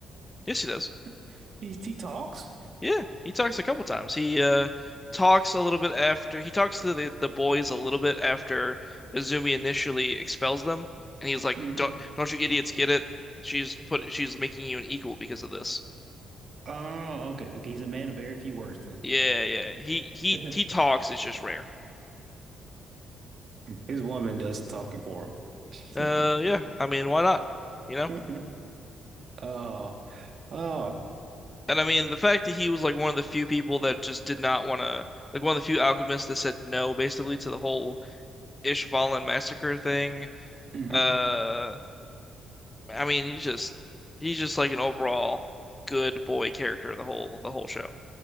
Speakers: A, on the left; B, on the right.
A: yes, he does.
B: <laughs> he he talks.
A: Yeah, he talks a couple times. He uh talks a little bit after he talks to the the boys a little bit after Izumi initially expels them, and he's like,
B: hmm
A: "Don't don't you idiots get it? She's put she's making you an equal because of this."
B: Oh, okay. Okay, he's a man of very few words then.
A: Yeah, yeah. He he
B: <laughs>
A: he talks. It's just rare.
B: His woman does the talking for
A: Uh,
B: him.
A: yeah. I mean, why not? You know?
B: <laughs> Oh, oh.
A: And I mean, the fact that he was like one of the few people that just did not want to, like one of the few alchemists that said no, basically, to the whole Ishvalan massacre thing.
B: hmm
A: Uh, I mean, he's just he's just like an overall good boy character the whole the whole show.